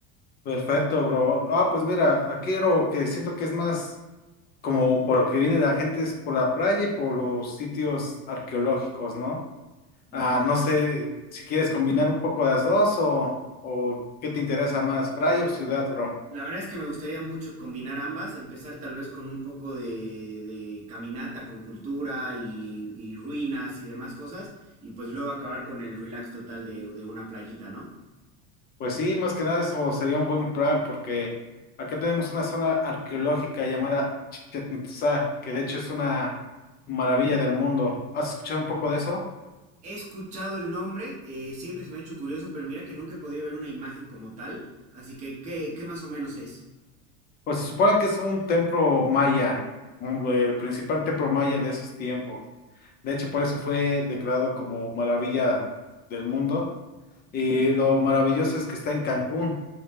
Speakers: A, on the left; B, on the right.
A: Perfecto, bro. Ah, pues mira, aquí lo que siento que es más como por lo que viene la gente es por la playa y por los sitios arqueológicos, ¿no? Ah,
B: Ya.
A: no sé si quieres combinar un poco las dos o, o qué te interesa más, playa o ciudad, bro.
B: La verdad es que me gustaría mucho combinar ambas, empezar tal vez con un poco de, de caminata con cultura y, y ruinas y demás cosas, y pues luego acabar con el relax total de, de una playita, ¿no?
A: Pues sí, más que nada eso sería un buen plan porque acá tenemos una zona arqueológica llamada Chichén Itzá, que de hecho es una maravilla del mundo. ¿Has escuchado un poco de eso?
B: He escuchado el nombre, eh, siempre se me ha hecho curioso, pero mira que nunca he podido ver una imagen como tal, así que ¿qué, qué más o menos es?
A: Pues se supone que es un templo maya, un- el principal templo maya de esos tiempos. De hecho, por eso fue declarado como maravilla del mundo. Y lo maravilloso es que está en Cancún.